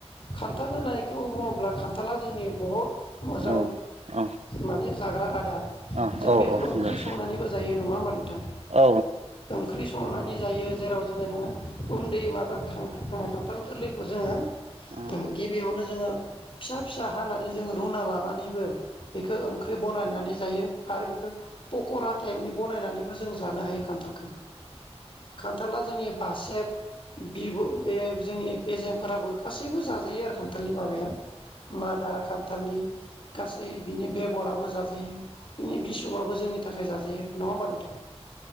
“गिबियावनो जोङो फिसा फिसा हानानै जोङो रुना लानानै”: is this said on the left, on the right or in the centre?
Left